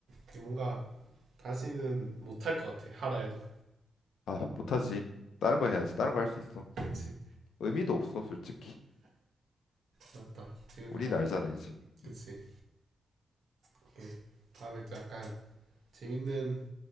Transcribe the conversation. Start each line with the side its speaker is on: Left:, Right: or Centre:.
Right: 이게 뭔가 다시는 못 할 것 같아 하라 해도
Left: 아, 못하지. 다른 거 해야지. 다른 거 할 수 있어.
Right: 그치
Left: 음. 의미도 없어, 솔직히.
Right: 맞다 지금
Left: 우린
Right: 생각해
Left: 알잖아, 이제.
Right: 그치
Left: 음.
Right: 오케이 다음에 또 약간 재밌는